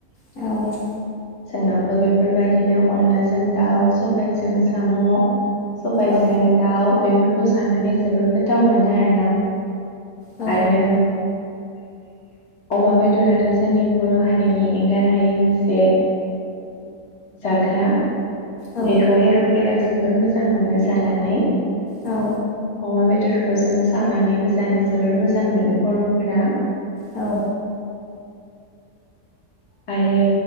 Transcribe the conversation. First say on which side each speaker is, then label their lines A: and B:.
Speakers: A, on the left; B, on the left.
A: औ <inaudible>
B: जोंनावबो बेफोरबायदिनो अनलाजों दाउ सबायाइजों साम'। सबायजों
A: औ
B: दाउ बेफोरखौ जानानै जोबोर गोथाव मोनो। आरो ना।
A: औ
B: आरो अमा बेदराथ' जोंनि बर' हारिनि एंगार हायि मोनसे, जाग्रा
A: औ
B: बेखौ बर', फोरा जोबोर मोजां मोनो जानानै।
A: औ
B: अमा बेदरखौ जों सावनानै जानो जोबोर मोजां मोनो बर'फोरा।
A: औ
B: आरो